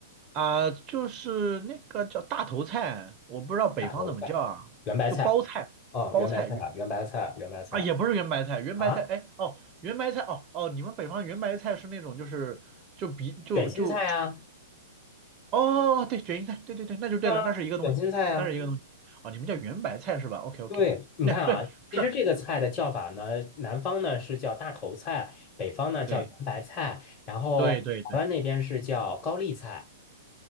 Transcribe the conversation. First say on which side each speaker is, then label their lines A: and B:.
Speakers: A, on the right (about 30°); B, on the left (about 30°).
A: 啊、就是那个叫大头菜，我不知道北方怎么叫啊，
B: 大头菜、圆白菜。
A: 就包菜，
B: 哦，
A: 包菜原
B: 圆白菜、圆白菜、圆白菜
A: 啊也不是圆白菜，圆白菜哎哦圆白菜哦哦，
B: 啊，
A: 你们北方圆白菜是那种就是就比就就
B: 卷心菜啊，
A: 哦，对，卷心菜，对对对，那就对了，
B: 啊，
A: 那是一个东西，
B: 卷心菜啊。
A: 那是一个东西。哦，你们叫圆白菜是吧？OK OK，
B: 对，你看啊，
A: 那对是，
B: 其实这个菜的叫法呢，南方呢是叫大头菜，北方呢叫圆白菜，
A: 对
B: 然后台湾那边是叫高丽菜，
A: 对对对，